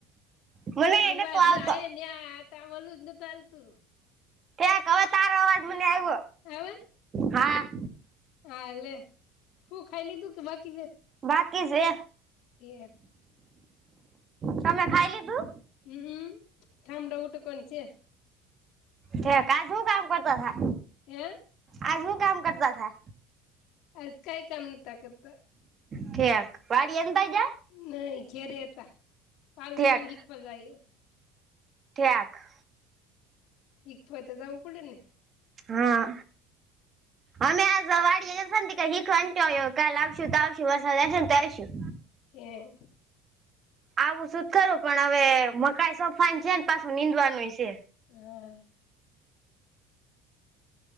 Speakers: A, on the right; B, on the left.
A: મને
B: અવાજ
A: નતો આવતો
B: ન આ ને આ ન્યા ટવાલ જ નથી હાલ તું-
A: ઠેક હવે તારો અવાજ મને આવ્યો
B: આવે-
A: હા
B: આ લે શું ખાઈ લીધું કે? બાકી છે?
A: બાકી છે.
B: ઘેર-
A: તમે ખાય લીધું?
B: હમ થા ઠામડાં ઉઠકવાના છે.
A: હે કાજ હું કામ કરતાતા.
B: હે
A: આજ હું કામ કરતાતા.
B: આજ કાઈ કામ નથી કરતાતા.
A: ઠેક વાડીએ નતા ગ્યા?
B: નહી ઘેરે હતા. પાર્લર
A: ઠેક
B: નું હિખવા જાયે.
A: ઠેક-
B: હિકવા તો જવું પડે ને.
A: હા આમે આજ વાડીંએ હતા ને શીખવા કાલ લશું તો વરસાદ આય સે ને તો આયશું.
B: હે-
A: આવું શું જ ખરું પણ હવે મકાઈ સોફાઈન છે ને પાછું નીંદવાનુંય છે.
B: હા